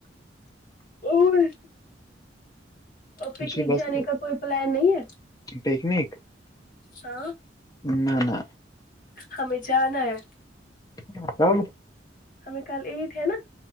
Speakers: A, on the left (about 50°); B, on the left (about 20°).
A: او ہوئے پکنک
B: جی بس
A: جانے کا کوئی پلان نہیں ہے
B: پکنک
A: ہاں
B: نہ نہ
A: ہمیں جانا ہے
B: ہ کب
A: ہمیں کل ایٹ ہے نا